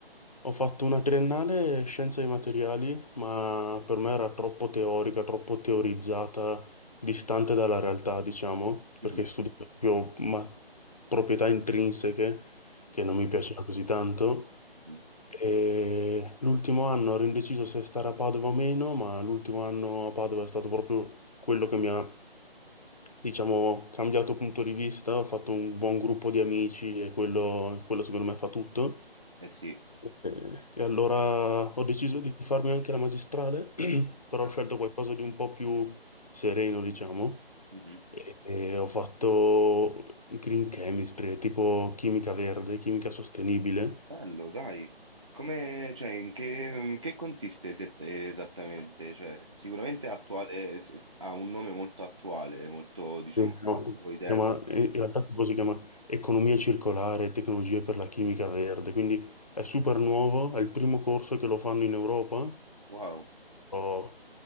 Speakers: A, on the left; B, on the right.
A: ho fatto una triennale scienze dei materiali, ma per me era troppo teorica, troppo teorizzata, distante dalla realtà, diciamo, perché
B: Mhm.
A: studiavo proprio ma- proprietà intrinseche
B: Ok,
A: che non mi piaceva così tanto.
B: mhm.
A: E l'ultimo anno ero indeciso se stare a Padova o meno, ma l'ultimo anno a Padova è stato proprio quello che mi ha, diciamo, cambiato punto di vista. Ho fatto un buon gruppo di amici e quello, quello secondo me fa tutto.
B: Eh sì.
A: E, e allora ho deciso di farmi anche la magistrale, <clears throat> però
B: Bra-
A: ho scelto qualcosa di un po' più sereno, diciamo.
B: mhm.
A: E, e ho fatto green chemistry, tipo chimica verde, chimica sostenibile.
B: Bello, dai. Come, cioè, in che, in che consiste se- esattamente? Cioè, sicuramente è attuale, s- s- ha un nome molto attuale, molto, diciamo,
A: Sì,
B: al
A: No,
B: passo coi tempi.
A: si chiama- in realtà tipo si chiama Economia circolare e tecnologie per la chimica verde, quindi è super nuovo, è il primo corso che lo fanno in Europa,
B: Wow.
A: però